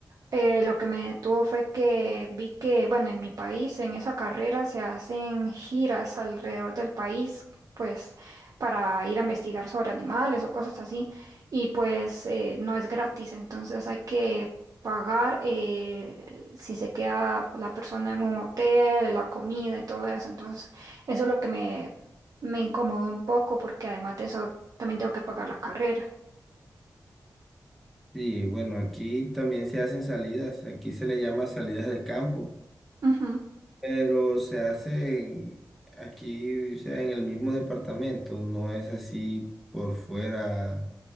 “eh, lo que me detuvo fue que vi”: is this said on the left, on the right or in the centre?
Right